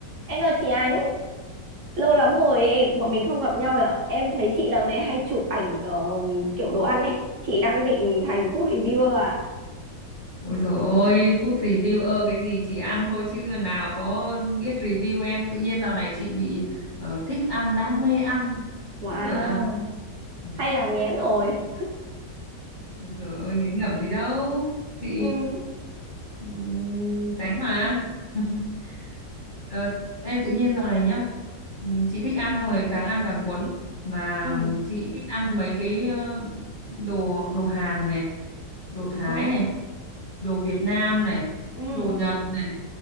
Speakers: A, on the right (about 65°); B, on the left (about 50°).
A: Em chào chị Ánh, lâu lắm rồi em- bọn mình không gặp nhau ạ. Em thấy chị dạo này hay chụp ảnh ờ, kiểu đồ ăn ấy. Chị đang định thành food reviewer à?
B: Ôi dồi ôi, food reviewer cái gì chị ăn thôi chứ nào có biết review em. Tự nhiên dạo này chị bị ờ, thích ăn, đam mê ăn. Không
A: Wow,
B: hiểu ra làm. Ừ,
A: hay là nghén rồi.
B: Ôi dồi ôi, ngán ngẩm gì đâu. Chị
A: Ừ,
B: ừm, tránh mà. <laughs> Ờ, ê, tự nhiên dạo này nhá ừ, chị thích ăn xong rồi càng ăn càng cuốn mà
A: ừ,
B: chị thích ăn mấy cái ờ, đồ đồ Hàn này đồ Thái
A: ừ,
B: này đồ Việt Nam này
A: ừ.
B: đồ Nhật này